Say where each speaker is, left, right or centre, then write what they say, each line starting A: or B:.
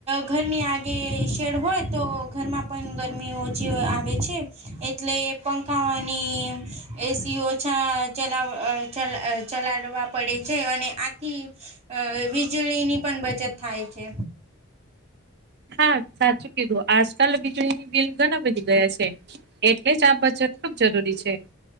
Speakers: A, on the right; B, on the right.
A: ઘરની આગે શેડ હોય તો ઘરમાં પણ ગરમી ઓછી આવે છે એટલે પંખાની એસીઓ ચલા ચ ચલાડવા પડે છે અને આથી વીજળીની પણ બચત થાય છે
B: હા સાચું કીધું આજકાલ વીજળીની બિલ ઘણા બધી ગયા છે એટલે જ આ બચત ખૂબ જરૂરી છે